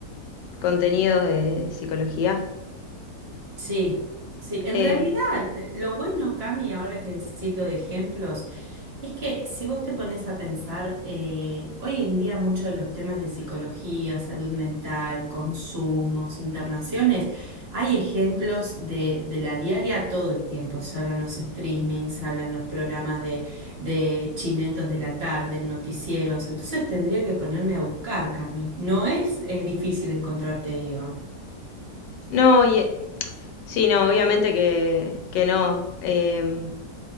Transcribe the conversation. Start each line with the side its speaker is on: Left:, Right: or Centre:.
Left: contenidos de psicología.
Right: Sí, sí, en
Left: Em,
Right: realidad eh, lo bueno, Cami, ahora que decís lo de ejemplos, es que si vos te pones a pensar, eh, hoy en día muchos de los temas de psicología, salud mental, consumos, internaciones, hay ejemplos de, de la diaria todo el tiempo. Se hablan los streamings, se hablan los programas de, de chimentos de la tarde, en noticieros. Entonces tendría que ponerme a buscar, Cami. No es, eh, difícil encontrarte, digo.
Left: No, y, eh, sí, no, obviamente que, que no. Em,